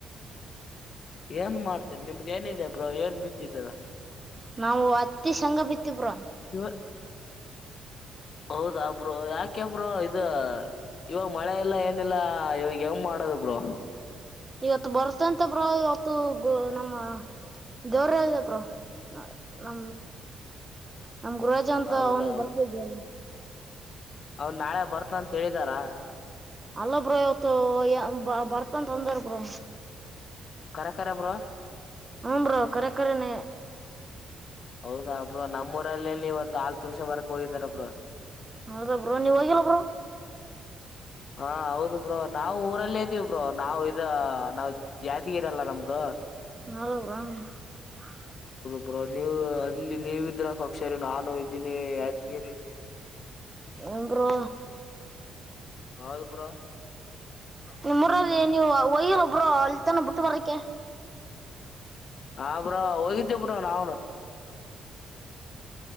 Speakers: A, on the left; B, on the right.
A: ಏನ್ ಮಾಡ್ತೇನೆ ನಿಮ್ದ ಏನಿದೆ ಬ್ರೋ ಏನ್ ಬಿತ್ತಿದಲ್ಲ
B: ನಾವು ಹತ್ತಿ ಶಂಗ ಬಿತ್ತಬ್ರ
A: ಇವ ಹೌದಾ ಬ್ರೋ ಯಾಕೆ ಬ್ರೋ ಇ ಇವಾಗ ಮಳೆ ಎಲ್ಲ ಏನಿಲ್ಲ ಇವಾಗ ಹೆಂಗ್ ಮಾಡೋದು ಬ್ರೋ
B: ಇವತ್ತು ಬರ್ತಂತ ಬ್ರೋ ಇವತ್ತು ಗ ನಮ್ಮ ದೇವ್ರ ಹೇಳಿದ್ರು ಬ್ರೋ ನಮ್ ಗುರಜ ಅಂತ
A: ಹೌದಾ
B: ಅವ್ನಿಗೆ ಬರ್ತಿದ್ಯಾರ
A: ಅವನ್ ನಾಳೆ ಬರ್ತ ಅಂತ ಹೇಳಿದಾರ
B: ಅಲ್ಲ ಬ್ರೋ ಇವತ್ತು ಬ ಬರ್ತನ್ಂದಾರ ಬ್ರೋ
A: ಕರ ಕರ ಬ್ರೋ
B: ಹೂ ಬ್ರೋ ಕರಕರ ನೇ
A: ಹೌದಾ ಬ್ರೋ ನಮ್ಮೂರಲ್ಲಲ್ಲಿ ಇವತ್ತು ಆಲ್ ಹಾಲು ತುಂಬಿಸಿಕೊಂಡು ಬರಕ್ಕೆ ಹೋಗಿದ್ದಾರೆ ಬ್ರೋ
B: ಹೌದ ಬ್ರೋ ನೀವ್ ಹೋಗಿಲ್ಲ ಬ್ರೋ
A: ಹಾ ಹೌದು ಬ್ರೋ ನಾವು ಊರಲ್ಲೇ ಇದೀವಿ ಬ್ರೋ ನಾವವು ಇದ ನಾವ್ ಜಾತಿಗೆರಲ್ಲ ನಮ್ದು
B: ಹೌದಾ ಬ್ರೋ ಹ
A: ಬ್ರೋ ನೀವು ಅಲ್ಲಿ ನೀವ ಇದ್ರ ಫಂಕ್ಷನ್ ನಾನು ಇದ್ದೀನಿ ಯಾಜಗಿರಿಲ್ಲಿ
B: ಹೋ ಬ್ರೋ
A: ಹೌದು ಬ್ರೋ
B: ನಿಮ್ಮೂರಲ್ಲಿ
A: ಅಣ್ಣ
B: ವೈರು ಬ್ರೋ ಅಲ್ಲಿತಾನ ಬಿಟ್ಟ ಬರಕ್ಕೆ
A: ಹ ಬ್ರೋ ಹೋಗಿದ್ದೇ ಬ್ರ ನಾವನು